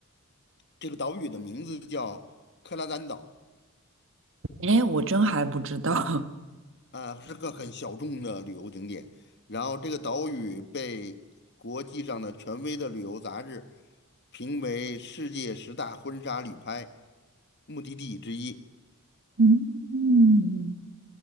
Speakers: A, on the left (about 50°); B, on the right (about 60°).
A: 这个岛屿的名字叫克拉丹岛。
B: 哎，我真还不知道。
A: 啊，是个很小众的旅游景点。然后这个岛屿被国际上的权威的旅游杂志评为世界十大婚纱旅拍目的地之一。
B: <laughs> 嗯，